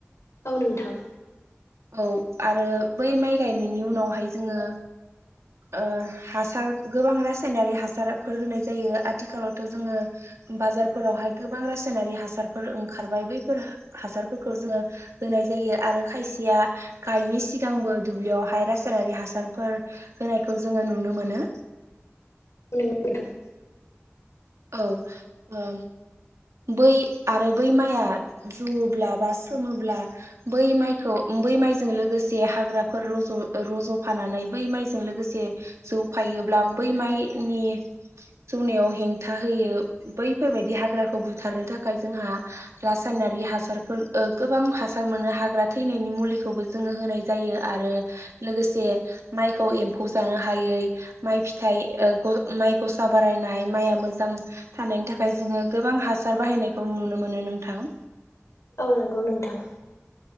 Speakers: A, on the left; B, on the right.
A: औ नोंथां।
B: औ आरो बै माइ गायनायनि उनावहाय जोङो ओ हासार गोबां रासायनारि हासारफोर होनाय जायो आथिखालावथ' जोङो बाजारफोरावहाय गोबां रासायनारि हासार फोर ओंखारबाय बैफोर हासारफोरखौ जोङो होनाय जायो आरो खायसेया गायैनि सिगांबो दुब्लियावहाय रासायनारि हासारफोर होनायखौ जोङो नुनो मोनो।
A: नंगौ नोंथां।
B: औ ओ बै आरो बै माइआ जुवोला बा सोमोब्ला बै माइखौ बै माइजों लोगोसे हाग्राफोर रज' रज'फानानै बै माइजों लोगोसे जौ फायोब्ला बै माइनि जौनायाव हें था होयो बैफोरबायदि हाग्राखौ बुथारनो थाखाय जोंहा रासायनारि हासारफोर गोबां हासार मोनो हाग्रा थैनायनि मुलिखौबो जोङो होनाय जायो आरो लोगोसे माइखौ एम्फौ जानो हायै माइ फिथाइ माइ गसा बारायनाय माइआ मोजां मोजां थानायनि थाखाय जोङो गोबां हासार बाहायनायखौ नुनो मोनो नोंथां।
A: औ नोंगौ नोंथां।